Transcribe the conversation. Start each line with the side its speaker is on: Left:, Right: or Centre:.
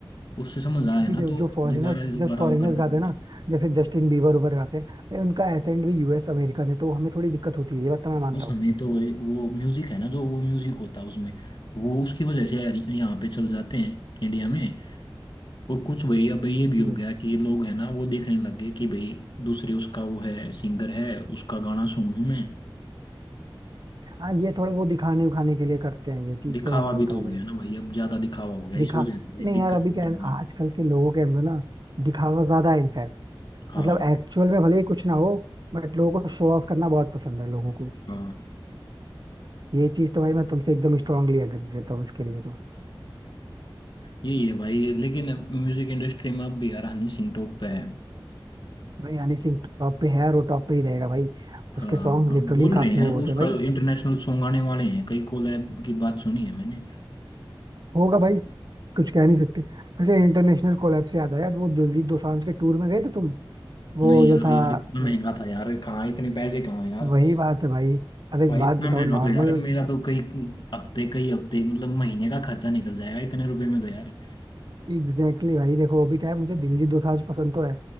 Left: उससे समझ
Right: ये
Left: आए
Right: भी
Left: ना
Right: जो,
Left: तो
Right: जो फॉरेनर्स
Left: दोबारा दोबारा
Right: जो फॉरेनर्स
Left: वो करना
Right: गाते
Left: पड़ता
Right: हैं ना
Left: है
Right: जैसे जस्टिन बीबर उबर गाते हैं भाई उनका एसेंट भी यूएस अमेरिकन है तो हमें थोड़ी दिक्कत होती है ये बात तो मैं मानता
Left: बस
Right: हूँ
Left: हमें तो वही- वो म्यूजिक है ना जो वो म्यूजिक होता है उसमें वो उसकी वजह से यार यहाँ पे चल जाते हैं इंडिया में और कुछ भाई अब ये
Right: हम्म।
Left: भी हो गया कि ये लोग है ना वो देखने लग गए कि भाई दूसरे उसका वो है सिंगर है उसका गाना सुनूं मैं
Right: हाँ ये थोड़ा वो दिखाने उखाने के लिए करते हैं ये चीज
Left: दिखावा
Right: तो मैं मानता
Left: भी तो
Right: हूँ
Left: हो
Right: भाई
Left: गया ना भाई अब ज्यादा दिखावा हो गया
Right: दिखा
Left: इस वजह से भाई
Right: नहीं
Left: दिक्कत
Right: यार अभी
Left: होती
Right: क्या है ना,
Left: है
Right: आजकल के लोगों के अंदर ना दिखावा ज्यादा है इनफैक्ट
Left: हाँ
Right: मतलब एक्चुअल में भले ही कुछ ना हो बट लोगों को शो ऑफ करना बहुत पसंद है लोगों को
Left: हाँ
Right: ये चीज तो भाई मैं तुमसे एकदम स्ट्रांगली एग्री करता हूँ इसके लिए तो
Left: यही है भाई लेकिन म्यूजिक इंडस्ट्री में अब भी यार हनी सिंह टॉप पे है
Right: भाई हनी सिंह टॉप पे है और वो टॉप पे ही रहेगा भाई
Left: हाँ
Right: उसके सॉन्ग
Left: हम
Right: लिटरली
Left: बोल
Right: काफी
Left: रहे हैं
Right: वो
Left: अब
Right: होते
Left: उसका
Right: हैं भाई
Left: इंटरनेशनल सॉन्ग आने वाले हैं कई कोलैब की बात सुनी है मैंने
Right: होगा भाई कुछ कह नहीं सकते वैसे इंटरनेशनल कोलैब से याद आया वो दिलजीत दोसांझ के टूर में गए थे तुम वो
Left: नहीं
Right: जो
Left: यार
Right: था
Left: यार इतना महंगा
Right: अ,
Left: था यार कहाँ इतने पैसे कहाँ यार
Right: वही बात है भाई अब एक
Left: भाई
Right: बात
Left: इतना
Right: बताओ
Left: महंगा
Right: नॉर्मल
Left: तो यार मेरा तो कई हफ्ते कई हफ्ते मतलब महीने का खर्चा निकल जाएगा इतने रुपए में तो यार
Right: एग्जैक्टली भाई देखो अभी क्या है मुझे दिलजीत दोसांझ पसंद तो है